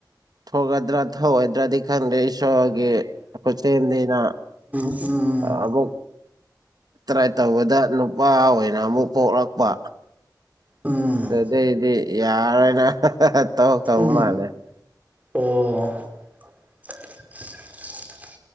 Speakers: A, on the right (about 60°); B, on the right (about 20°).
A: ꯊꯣꯛꯀꯗ꯭ꯔꯥ ꯊꯣꯛꯑꯣꯏꯗ꯭ꯔꯗꯤ ꯈꯪꯗꯦ ꯏꯁꯣꯔꯒꯤ ꯈꯨꯠꯁꯦꯝꯅꯤꯅ
B: ꯎꯝ
A: ꯑꯃꯨꯛ ꯇ꯭ꯔꯥꯏ ꯇꯧꯕꯗ ꯅꯨꯄꯥ ꯑꯣꯏꯅ ꯑꯃꯨꯛ ꯄꯣꯛꯂꯛꯄ
B: ꯎꯝ ꯎꯝ
A: ꯑꯗꯨꯗꯩꯗꯤ ꯌꯥꯔꯣꯏꯅ ꯍꯥ ꯍꯥ ꯇꯣꯛꯈ꯭ꯔꯕ
B: ꯎꯝ
A: ꯃꯥꯜꯂꯦ
B: ꯑꯣ